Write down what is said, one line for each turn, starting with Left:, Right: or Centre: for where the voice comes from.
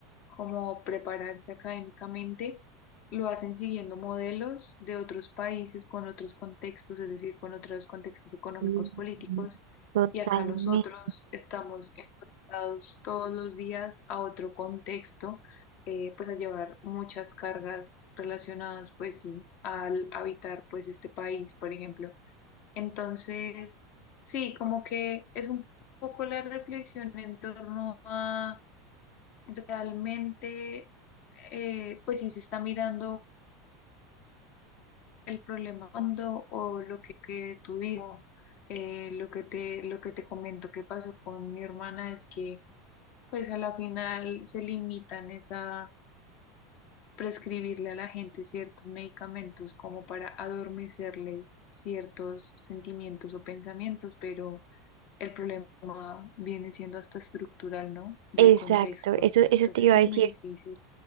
Left: como prepararse académicamente, lo hacen siguiendo modelos de otros países con otros contextos, es decir, con otros contextos económicos,
Right: Mm,
Left: políticos,
Right: Totalmente.
Left: y acá nosotros estamos enfrentados todos los días a otro contexto, eh, pues a llevar muchas cargas relacionadas, pues sí, al habitar pues este país, por ejemplo. Entonces, sí, como que es un poco la reflexión en torno a realmente, eh, pues si se está mirando el problema hondo o lo que, que tú digo, eh, lo que te, lo que te comento que pasó con mi hermana es que, pues a la final se limitan es a prescribirle a la gente ciertos medicamentos como para adormecerles ciertos sentimientos o pensamientos, pero el problema viene siendo hasta estructural, ¿no? Del
Right: Exacto,
Left: contexto.
Right: eso, eso
Left: Entonces
Right: te iba
Left: es
Right: a decir.
Left: muy difícil.